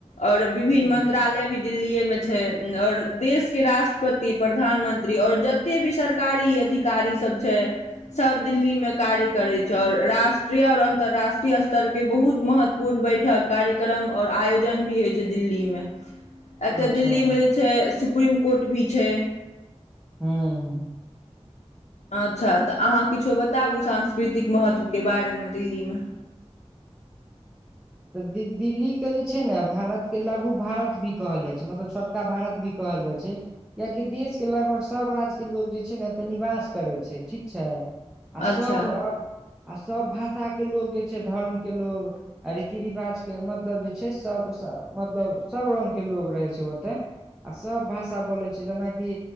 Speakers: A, on the left; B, in the centre.
A: और विभिन्न
B: हुं
A: मंत्रालय भी दिल्लीएमे छै और देशके राष्ट्रपति, प्रधानमंत्री और जते भी सरकारी अधिकारी सब छै सब दिल्लीमे कार्य करै छै और राष्ट्रीय और अंतरराष्ट्रीय स्तर के बहुत महत्वपूर्ण बैठक कार्यक्रम और आयोजन भी होइ छै दिल्ली मे। एतऽ
B: अच्छा
A: दिल्लीमे जे छै सु सुप्रीम कोर्ट भी छै।
B: हँ।
A: अच्छा तऽ अहाँ किछो बताबू सांस्कृतिक महत्वके बारेमे दिल्लीमे।
B: तऽ द दी दिल्ली के जे छै ने भारत के लघु भारत भी कहल जाय छै मतलब छोटका भारत भी कहल जाइ छै कियकि देश के लगभग सब राज्य के लोग जे छै ने एते निवास करे छै ठीक छै। आ
A: अच्छा
B: सब अ आ सब भा षा के लोग जे छै धर्म के लोग। आ रीति रिवाजके मतलब जे छै सभ स मतलब सभ रङ्गके लोक रहै छै ओतय आ सभ भाषा बोलै छै जेनाकि